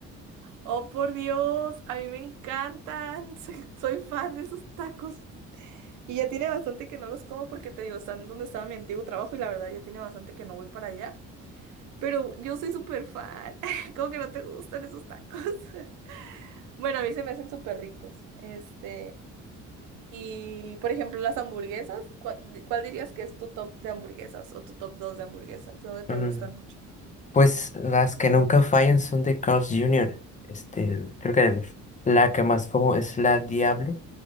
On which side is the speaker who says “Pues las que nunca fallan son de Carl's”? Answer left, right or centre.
Left